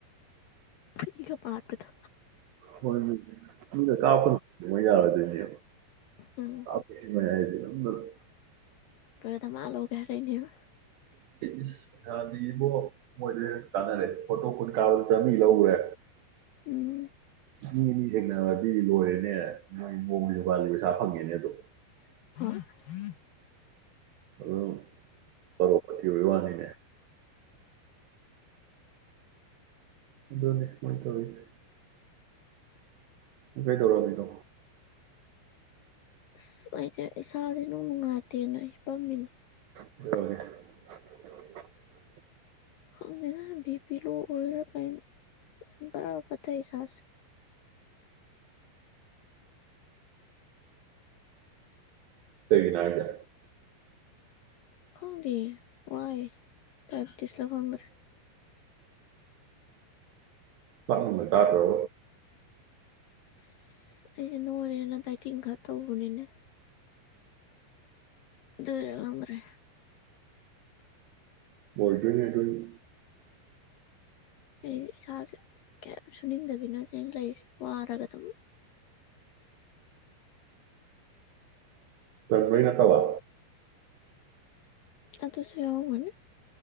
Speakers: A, on the left; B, on the right.
A: ꯐꯤꯒ ꯄꯥꯠꯄꯗꯣ
B: ꯍꯣꯏ ꯃꯤꯅ ꯀꯥꯞꯀꯅꯣ ꯃꯣꯏ ꯌꯥꯔꯣꯏꯗꯩꯅꯤ
A: ꯎꯝ
B: ꯑ ꯃꯌꯥ ꯅꯗ <inaudible> <unintelligible>
A: ꯗꯃꯥ ꯂꯧꯒꯦ ꯍꯥꯏꯔꯛꯀꯅꯦꯕ
B: ꯏꯁ ꯄꯩꯁꯥꯗꯤ ꯏꯕꯣ ꯃꯣꯏꯗꯤ ꯀꯥꯟꯅꯔꯦ ꯐꯣꯇꯣ ꯈꯨꯟ ꯀꯥꯞꯄꯗ ꯆꯥꯃꯤ ꯂꯧꯔꯦ
A: ꯎꯝ
B: ꯃꯤ ꯑꯅꯤ ꯌꯦꯛꯅꯥꯔꯗꯤ ꯂꯣꯏꯔꯦꯅꯦ <unintelligible> ꯐꯪꯉꯦꯅꯦ ꯑꯗꯣ
A: <unintelligible>
B: ꯑꯗꯨ ꯐꯔꯕꯗꯤ ꯋꯥꯅꯤꯅꯦ ꯑꯗꯨꯅꯤ ꯃꯣꯏꯇꯧꯔꯤꯁꯦ ꯃꯣꯏ ꯇꯧꯔꯣꯕꯤꯗꯣ
A: ꯑꯁ ꯑꯩꯁꯦ ꯏꯁꯥꯥꯁꯦ ꯏꯅꯨꯡ ꯅꯨꯡꯉꯥꯏꯇꯦꯅꯦ ꯑꯩ ꯍꯤꯞꯄꯝꯃꯤꯅꯦ
B: ꯂꯣꯏꯈꯔ꯭ꯦ <unintelligible> <inaudible>
A: ꯈꯪꯗꯦꯗ ꯑꯩꯗꯤ ꯄꯤ ꯂꯣ ꯑꯣꯏꯕꯔꯥ ꯀꯩꯅꯣ ꯕꯥꯔꯥ ꯄꯠꯊꯩ ꯏꯁꯥꯁꯦ
B: ꯀꯩꯒꯤ ꯅꯥꯏꯔꯥ
A: ꯈꯡꯗꯦ ꯋꯥꯏꯌꯦ ꯗꯥꯏꯕꯇꯤꯁ ꯂ ꯈꯡꯗꯦ
B: ꯍꯤꯗꯛꯀꯨꯝꯕ ꯆꯇꯔꯣ
A: ꯑꯁ ꯑꯩꯁꯦ ꯅꯣꯏꯔꯦꯅ ꯗꯥꯏꯇꯤꯡ ꯈꯔ ꯇꯧꯕꯅꯤꯅꯦ ꯑꯗꯨꯏꯔꯥ ꯈꯪꯗꯔꯦ
B: ꯂꯣꯏꯗꯔ꯭ꯤ ꯑꯩꯈꯣꯏꯒꯤ
A: ꯑꯩ ꯏꯁꯥꯁꯦ ꯀꯌꯥꯝ ꯁꯨꯅꯤꯡꯗꯕꯤꯅ ꯑꯩ ꯂꯩꯁꯦ ꯋꯥꯔꯒ ꯑꯗꯨꯝ
B: ꯂꯝꯃꯔꯤꯅꯠꯇꯕ
A: ꯑꯗꯨꯁꯨ ꯌꯥꯒꯅꯤ